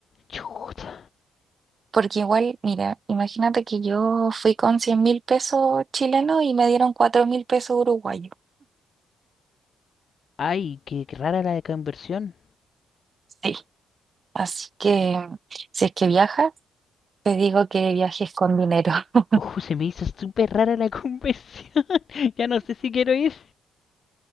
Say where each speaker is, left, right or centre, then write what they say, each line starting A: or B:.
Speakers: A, on the left; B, on the right.
A: Chuta.
B: porque igual, mira, imagínate que yo fui con cien mil pesos chilenos y me dieron cuatro mil pesos uruguayos.
A: Ay, qué rara la conversión.
B: Sí, así que mm, si es que viajas, te digo que viajes con dinero. <laughs>
A: Uh, se me hizo súper rara la conversión. <laughs> ya no sé si quiero ir.